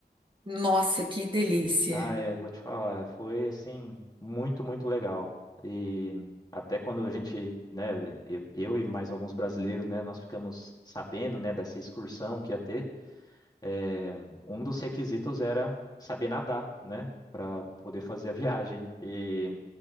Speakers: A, on the right; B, on the left.
A: Nossa, que delícia.
B: Ah, é, vou te falar, foi assim muito, muito legal. E até quando a gente, né, eu, eu e mais alguns brasileiros, né, nós ficamos sabendo, né, dessa excursão que ia ter, é, um dos requisitos era saber nadar, né, para poder fazer a <laughs> viagem. E,